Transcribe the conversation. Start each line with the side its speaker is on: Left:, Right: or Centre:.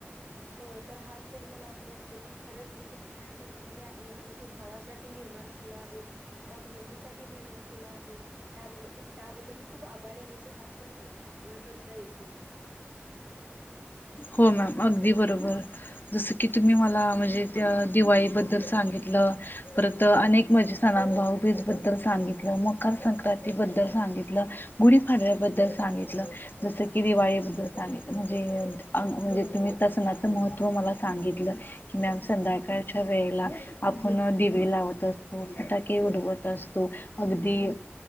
Right: हो तर हा सण मला असं वाटतं. की खरंच म्हणजे छान पद्धतीने आहे आणि तू भावासाठी निर्माण केला आहे एका बहिणीसाठीठी निर्माण केला आहे. त्या त्याबद्दल मी खूप आभारी आहे की हा सण मला साजरा करता येतो.
Left: हो मॅम अगदी बरोबर जसं की तुम्ही मला म्हणजे त्या दिवाळीबद्दल सांगितलं. परत अनेक माझे सणानु भाऊबीज बद्दल सांगित. मकर संक्रांती बद्दल सांगितलं गुढीपाडव्याबद्दल सांगितलं. जसं की दिवाळीबद्दल सांगित म्हणजे. म्हणजे तुम्ही तसनाचं महत्त्व मला सांगितलं. की मॅम संध्याकाळच्या वेळेला आपण दिवे लावत असतो फटाके उडवत असतो. अगदी